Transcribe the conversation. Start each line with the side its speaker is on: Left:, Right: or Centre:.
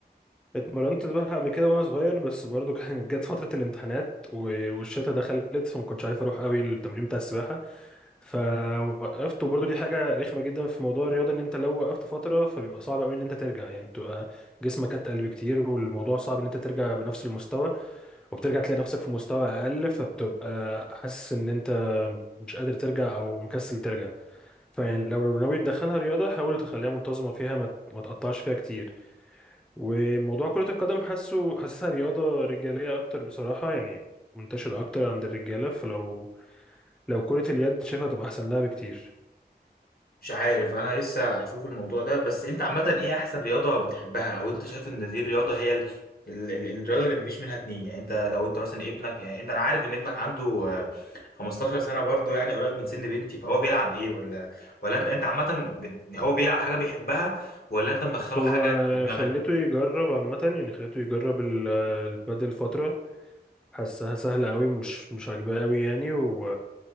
Centre: اتمرنت سباحة قبل كده وانا صغير بس برضو كانت جت فترة الامتحانات و- والشتا دخلت فما كنتش عارف اروح قوي التمرين بتاع السباحة فوقفت وبرضه دي حاجة رخمة جدا في موضوع الرياضة ان انت لو وقفت فترة فبيبقى صعب قوي ان انت ترجع يعني بتبقى جسمك اتقل بكتير والموضوع صعب ان انت ترجع بنفس المستوى وبترجع تلاقي نفسك في مستوى اقل فبتبقى حاسس ان انت مش قادر ترجع او مكسل ترجع فيعني لو ناوي تدخلها رياضة حاول تخليها منتظمة فيها ما ما تقطعش فيها كتير وموضوع كرة القدم حاسه حاسسها رياضة رجالية اكتر بصراحة يعني منتشرة اكتر عند الرجالة فلو لو كرة اليد شايفها تبقى احسن لها بكتير
Left: مش عارف انا لسه هشوف الموضوع ده بس انت عامة ايه احسن رياضة بتحبها او انت شايف ان دي الرياضة هي ال... ال... ال... الرياضة اللي مفيش منها اتنين يعني انت لو انت مثلا ابنك يعني انت انا عارف ان ابنك عنده آه، 15 سنة برضو يعني قريب من سن بنتي فهو بيلعب ايه ولا ولا انت انت عامة بت... هو بيلعب حاجة بيحبها ولا انت مدخله
Centre: هو
Left: حاجة انت في دماغك
Centre: خليته يجرب عامة يعني خليته يجرب ال- البادل فترة حسها سهلة قوي مش مش عاجباه قوي يعني و...